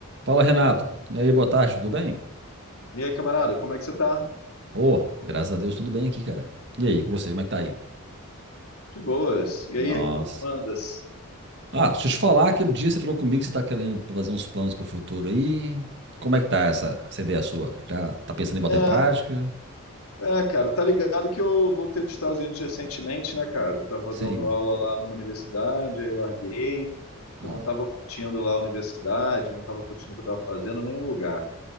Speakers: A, on the right; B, on the left.
A: Fala, Renato. E aí, boa tarde, tudo bem?
B: E aí, camarada, como é que você tá?
A: Ô, graças a Deus, tudo bem aqui, cara. E aí, com você, como é que tá aí?
B: De boas. E aí,
A: Nossa.
B: o que que mandas?
A: Ah, deixa eu te falar, aquele dia você falou comigo que você tá querendo fazer uns planos pro futuro aí. Como é que tá essa, essa ideia sua? Já tá pensando em botar
B: É,
A: em prática?
B: é, cara, tá ligado que eu voltei dos Estados Unidos recentemente, né, cara? Eu tava
A: Sim.
B: dando aula lá numa universidade, aí larguei. Então,
A: Ó,
B: Eu não tava curtindo lá a universidade, não tava curtindo o que eu tava fazendo, nem o lugar.